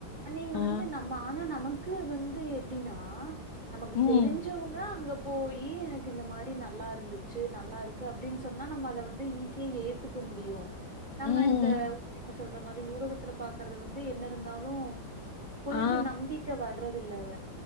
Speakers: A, on the right (about 45°); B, on the left (about 80°).
A: நீங்க
B: ஆ
A: வந்து நம் ஆனா நமக்கு வந்து எப்டினா நமக்கு
B: ம்
A: தெரிஞ்சவங்க அங்க போயி எனக்கு இந்த மாரி நல்லா இருந்துச்சி நல்லா இருக்கு அப்டின்னு சொன்னா நம்ம அத வந்து ஈஸியா ஏத் த்துக்க முடியு நம்ம
B: ம்
A: இந்த பிள்ளைங்க சொல்ற மாரி ஊடகத்துல பாக்குறது வந்து என்ன இருந்தாலு கொஞ்சோ
B: ஆ
A: நம்பிக்க வர்றது இல்ல வ